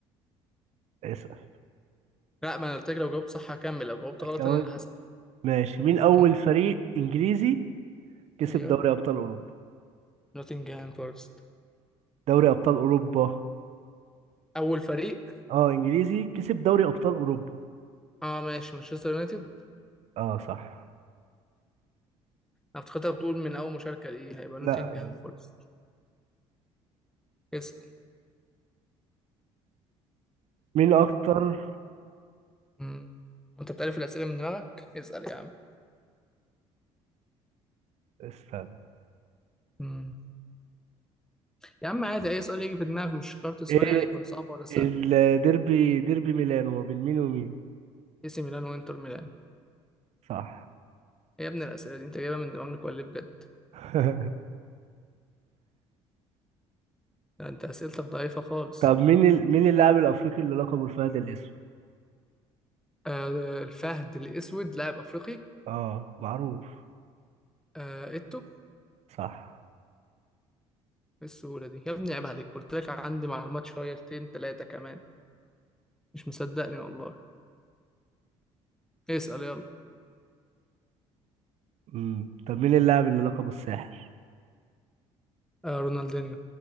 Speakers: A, on the right; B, in the centre.
A: اسال
B: لا ما انا قلت لك لو جاوبت صح هكمل لو جاوبت
A: هتكون
B: غلط انا اللي هسأل
A: ماشي مين اول
B: امم
A: فريق انجليزي كسب
B: ايوه
A: دوري ابطال اوروبا
B: نوتنجهام فورست
A: دوري ابطال اوروبا
B: اول فريق
A: اه انجليزي كسب دوري ابطال اوروبا
B: اه ماشي مانشستر يونايتد
A: اه صح
B: أنا افتكرتها بتقول من أول مشاركة ليه هيبقى
A: لا
B: نوتنجهام فورست اسأل
A: مين اكتر
B: مم. وأنت بتعرف الأسئلة من دماغك؟ اسأل يا عم
A: استنى
B: مم. يا عم عادي أي سؤال يجي في دماغك مش شرط السؤال
A: ايه
B: يعني يكون صعب ولا سهل
A: الديربي ديربي ميلانو ما بين مين ومين
B: اي سي ميلان وإنتر ميلان
A: صح
B: إيه يا ابني الأسئلة دي أنت جايبها من دماغك ولا إيه بجد؟
A: <laughs>
B: ده أنت أسئلتك ضعيفة خالص
A: طب مين ال... مين اللاعب الافريقي اللي لقبه الفهد الاسود
B: آه الفهد الأسود لاعب أفريقي
A: اه معروف
B: آه إيتو إيه
A: صح
B: السهولة دي يا ابني عيب عليك قلت لك عندي معلومات شويتين تلاتة كمان مش مصدقني والله اسأل يلا
A: امم طب مين اللاعب اللي لقبه الساحر
B: آه رونالدينيو